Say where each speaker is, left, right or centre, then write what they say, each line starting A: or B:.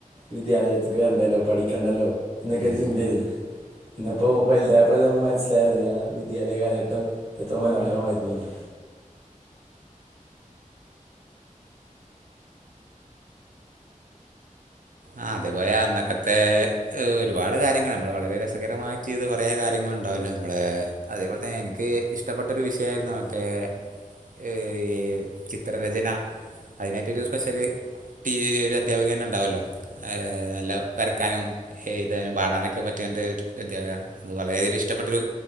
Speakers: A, on the right; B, on the right.
A: വിദ്യാലയത്തിക്ക് വെർണ്ടല്ലോ പഠിക്കണ്ടല്ലോ എന്നൊക്കെര്
B: ഉം
A: ചിന്തേര്ന്ന് ഇന്ന്പ്പൊ വൽതായപ്പളല്ലേ നമുക്ക്മനസ്സിലായത് ആ വിദ്യാലയകാലഘട്ടം എത്ര മനോഹരമായിരുന്നുഎന്ന്
B: ആഹ് അതേപോലെ അന്നക്കത്തെ ഇ ഒരുപാടുകാര്യങ്ങള് നമ്മള് വളരെ രസകരമാക്കെയ്തകുറെ കാര്യങ്ങളുണ്ടാവൊല്ലോ മ്മളേ അതേപോൽതന്നെ എനിക്ക് ഇഷ്ടപ്പെട്ടൊരു വിഷയയിരുന്നു മറ്റേ എ ഈ ചിത്രരചന അയ്നായിട്ടൊരു സ്പെഷ്യല് ടീ ഒരു അധ്യാപക തന്നെഇണ്ടാവൊല്ലോ അഹ് നല്ല വരക്കാനും, എഴുതാനും പാടാനൊക്കെപറ്റിയ എന്ത് <unintelligible> അധ്യപിക അന്ന് വളരെയധികൊരു ഇഷ്ടപ്പെട്ടൊരു